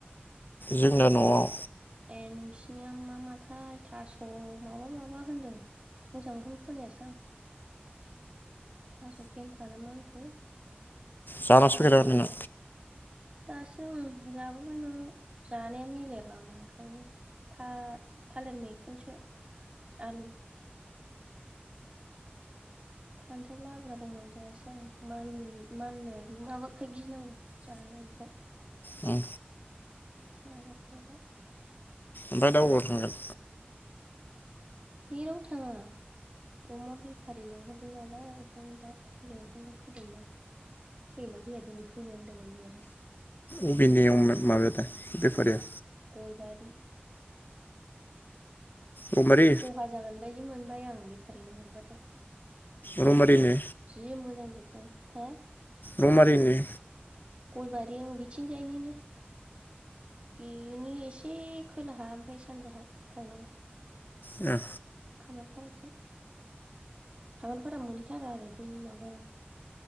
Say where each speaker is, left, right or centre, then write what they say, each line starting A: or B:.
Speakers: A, on the left; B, on the right.
A: जोंना न'आव
B: ए नोंसिनिया मा माथाय थास' माबा माबा होनदों मोजांखौनो खोनायासै आं थास' फेनथा ना मा होनखो
A: जानो
B: जोंना हरना
A: <unintelligible>
B: दासो आं जाबोबाय न'आव जानाया मिलायाबा आंना ओंखायनो था-थालिर मैखुनसो आलु फान्थाव लाब्रा दंमोन जायासै आं मानि माननायानो माबाखाय गिनांगौ जानो इख
A: नों
B: <unintelligible>
A: ओमफाय दा अबाव थांगोन
B: जेराव थाङा अमा बेफारि लेंहरदों नालाय इखायनो दा लेंंहरनो फैदों दां फैयो ना फैया दिनै फैनो होनदोंमोन मैयाहाय
A: अबे अमायालाय माबायालाय बेफारिया
B: गयबारि
A: रमारि
B: खहा जागोन बायदि मोनबाय आं बेफारिनो हरबाथाय
A: रमारिनि
B: जि मोजां दिन औ खो
A: रमारिनि
B: गयबारि ओं बिथिंजायनिनो बेनि एसे खोलाहा ओमफाय सानजाहा थांनांगौ।
A: ओ
B: खामारफाराथिं खामारफोरा मोनि मोनैथारा आरो बै माबा